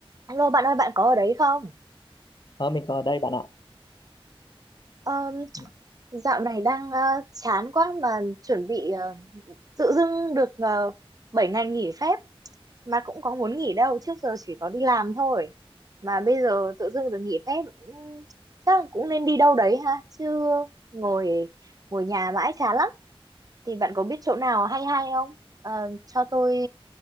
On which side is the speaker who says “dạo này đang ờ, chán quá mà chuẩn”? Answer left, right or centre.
Right